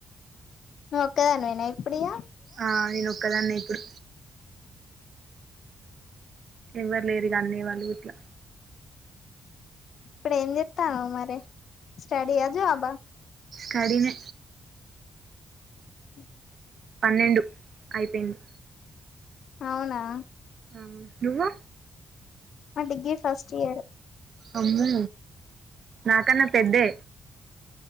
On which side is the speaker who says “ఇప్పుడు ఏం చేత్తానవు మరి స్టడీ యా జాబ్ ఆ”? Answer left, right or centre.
Left